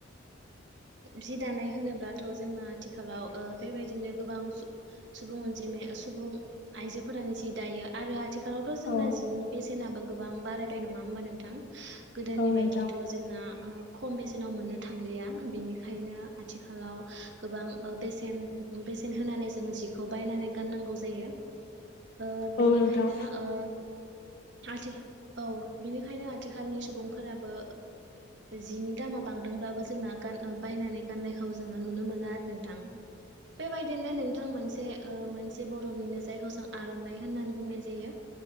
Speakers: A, on the right; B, on the left.
A: जि दानाय होनोब्लाथ' जोंना आथिखालाव ओ बेबायदिनो गोबां सुबुं अनजिमा सुबुं आइजोफोरानो जि दायो आरो आथिखालावथ' जोंना
B: औ
A: जिनि बेसेनाबो गोबां बारायबाय नंङा होमबा नोंथां? गोदोनि
B: औ नोंथां
A: बायदिथ' जोंना ओ खम बेसेनाव मोननो थांलिया बेनिखायनो आथिखालाव गोबां ओ बेसेन बेसेन होनानै जोंङो जिखौ बायनानै गाननांगौ जायो अ बिनिखायनो
B: औ नोंथां
A: थि औ बिनिखायनो आथिखालनि सुबुंफोराबो जिनि दामाव बांदोंब्लाबो जोंना बायनानै गाननायखौ जोंङो नुनो मोना आरो नोंथां बेबायदिनो नोंथां मोनसे ओ मोनसे बर'निनो जायखौ जों आर'नाइ होननानै बुंनाय जायो